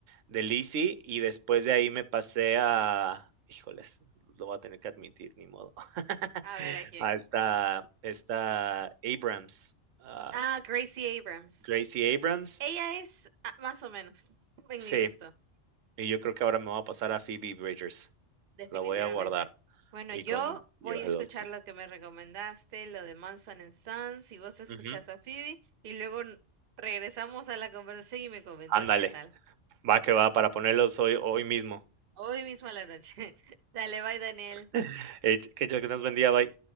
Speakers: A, on the right; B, on the right.
A: de Lizzy, y después de ahí me pasé a, híjoles, lo voy a tener que admitir, ni modo. <laughs>
B: A ver a quién.
A: A esta esta Abrams, ah,
B: Ah, Gracie Abrams.
A: Gracie Abrams.
B: Ella es ah, más o menos <laughs> en
A: Sí,
B: mi gusto.
A: y yo creo que ahora me voy a pasar a Phoebe Bridgers.
B: Definitivamente.
A: La voy a guardar
B: Bueno,
A: y
B: yo
A: con Yo
B: voy
A: Hello,
B: a escuchar
A: sí.
B: lo que me recomendaste, lo de Manson and Sons, y vos escuchás
A: Ujú,
B: a Phoebe, y luego n- regresamos a la conversación y me comentás
A: ándale,
B: qué tal.
A: va que va, para ponerlos hoy hoy mismo.
B: Hoy mismo a la noche. <laughs> Dale, bye, Daniel.
A: <laughs> Eh, que Dios que nos bendiga, bye.